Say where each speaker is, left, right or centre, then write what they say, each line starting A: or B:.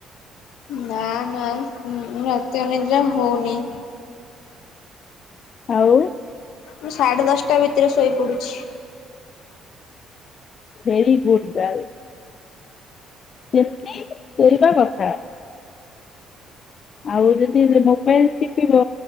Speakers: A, on the left; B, on the left.
A: ନା ନା ମୁଁ ରାତି ଅନିଦ୍ରା ହଉନି।
B: ହଉ।
A: ମୁଁ ସାଢ଼େ ଦଶଟା ଭିତରେ ଶୋଇପଡ଼ୁଛି।
B: Very good girl. ସେମିତି ଶୋଇବା କଥା। ଆଉ ଯଦି ମୋବାଇଲ ଟିପିବ